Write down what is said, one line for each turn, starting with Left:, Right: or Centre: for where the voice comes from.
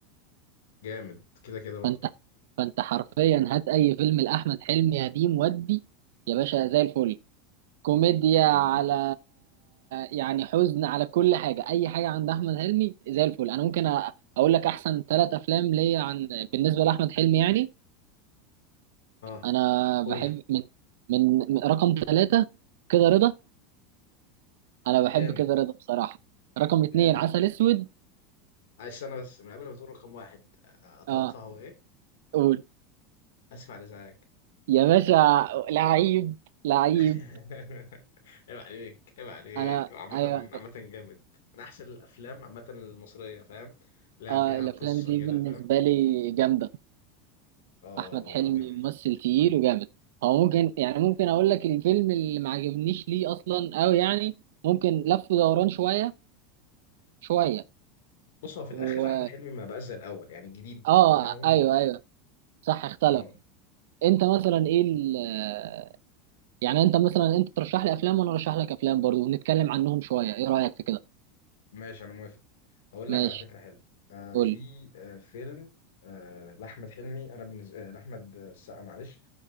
Left: جامد كده كده برضه
Right: فانت فانت حرفيا هات اي فيلم لاحمد حلمي قديم ودي يا باشا زي الفل كوميديا على
Left: مم.
Right: يعني حزن على كل حاجة أي حاجة عند أحمد حلمي زي الفل أنا ممكن أ- أقول لك أحسن ثلاث أفلام ليا عن بالنسبة لأحمد حلمي يعني
Left: اه
Right: أنا
Left: قول
Right: بحب
Left: لي
Right: من من من- رقم ثلاثة كده رضا أنا بحب
Left: جامد
Right: كده رضا بصراحة رقم اتنين
Left: جامد
Right: عسل أسود
Left: عايز استنى بس من قبل ما تقول رقم واحد اتوقع
Right: أه
Left: هو ايه
Right: قول
Left: اسف على ازعاجك
Right: يا باشا لعيب لعيب
Left: <laughs> عيب عليك عيب عليك
Right: أنا
Left: عامة
Right: أيوه
Left: عامة جامد من احسن الافلام عامة المصرية فاهم لا
Right: أه
Left: فيها
Right: الأفلام
Left: قصة
Right: دي
Left: كده
Right: بالنسبة
Left: فاهم
Right: لي جامدة
Left: اه
Right: احمد
Left: هو
Right: حلمي
Left: كان كان
Right: ممثل تقيل
Left: رهيب
Right: وجامد هو ممكن يعني ممكن اقول لك الفيلم اللي ما عجبنيش ليه اصلا قوي يعني ممكن لف ودوران شويه شويه
Left: بص هو في الاخر
Right: و
Left: احمد حلمي ما بقاش زي الاول يعني الجديد
Right: اه
Left: بتاعه
Right: ايوه ايوه صح اختلف
Left: اه
Right: انت مثلا ايه ال... آه، يعني انت مثلا انت ترشح لي افلام وانا ارشح لك افلام برضو ونتكلم عنهم شويه ايه رايك في كده
Left: ماشي انا موافق اقول
Right: ماشي
Left: لك على فكره حلوه آه
Right: قول
Left: في
Right: لي.
Left: آه فيلم آه لاحمد حلمي انا بالنسبه آه لاحمد السقا معلش